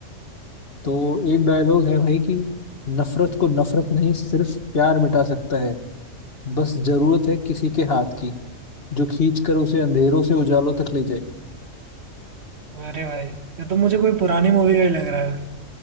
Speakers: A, on the left; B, on the right.
A: तो एक डायलॉग है भाई कि नफरत को नफरत नहीं सिर्फ प्यार मिटा सकता है बस जरूरत है किसी के हाथ की जो खींच कर उसे अंधेरों से उजालों तक ले जाए
B: अरे भाई ये तो मुझे कोई पुरानी मूवी का ही लग रहा है